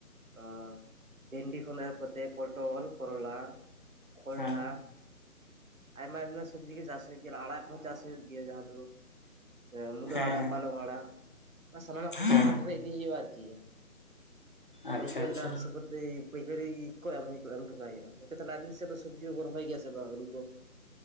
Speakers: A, on the right; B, on the left.
A: ᱚ ᱵᱷᱮᱱᱰᱤ ᱠᱷᱚᱱ ᱮᱦᱚᱵ ᱠᱟᱛᱮᱛ ᱯᱚᱴᱚᱞ ᱠᱚᱨᱚᱞᱟ᱾ ᱠᱚᱸᱰᱷᱟ
B: ᱦᱮᱸ
A: ᱟᱭᱢᱟ ᱟᱭᱢᱟ ᱥᱚᱵᱽᱡᱤ ᱜᱮ ᱪᱟᱥ ᱦᱩᱭᱩᱜ ᱜᱮᱭᱟ ᱟᱲᱟᱜ ᱠᱚ ᱦᱚᱸ ᱪᱟᱥ ᱦᱩᱭᱩᱜ ᱜᱮᱭᱟ ᱡᱟᱦᱟᱸ ᱫᱚ ᱮ ᱢᱩᱞᱟᱹ
B: ᱦᱮᱸ
A: ᱟᱲᱟ ᱯᱟᱞᱚᱝ ᱟᱲᱟᱜ᱾ ᱥᱟᱱᱟᱢᱟᱜ ᱠᱚᱜᱮ
B: ᱦᱮᱸ
A: ᱦᱟᱴ ᱨᱮ ᱤᱫᱤ ᱦᱩᱭᱩᱜᱼᱟ ᱟᱨᱠᱤ ᱤᱭᱟᱹ
B: ᱟᱪᱪᱷᱟ
A: ᱯᱟᱹᱭᱠᱟᱹᱨ
B: ᱟᱪᱪᱷᱟ
A: ᱫᱟᱢ ᱥᱮ ᱵᱩ ᱯᱟᱹᱭᱠᱟᱹᱨᱤ ᱠᱚ ᱮᱢ ᱦᱩᱭᱩᱜᱼᱟ ᱮᱢ ᱦᱚᱴᱚ ᱠᱟᱭ ᱦᱩᱭᱩᱜᱼᱟ ᱜᱚᱝᱠᱮ ᱛᱟᱦᱚᱞᱮ ᱟᱵᱤᱱ ᱥᱮᱫ ᱫᱚ ᱥᱚᱵᱽᱡᱤ ᱠᱚ ᱨᱚᱦᱚᱭ ᱜᱮᱭᱟ ᱥᱮ ᱵᱟᱝ ᱟᱹᱞᱩ ᱠᱚ?